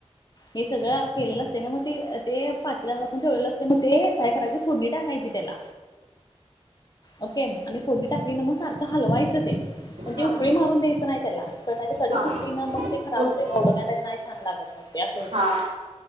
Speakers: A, on the left (about 35°); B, on the right (about 65°).
A: हे सगळं केलेलं असते ना मग ते ते पाचवी हजार प ठेवढलेलं असते मग ते काय करायचं कोणी टाकायची त्याला ओके आणि फोडणी टाकली ना मग सारखं हलवायचं ते पण
B: हा,
A: ते उकळी मारून द्यायचं नाही त्याला नाही कडी
B: हा,
A: सुट्टली ना मग ते खराब
B: पुढ-
A: होते ना एवडं का नाही छान लागत मग ते असं होत
B: हा,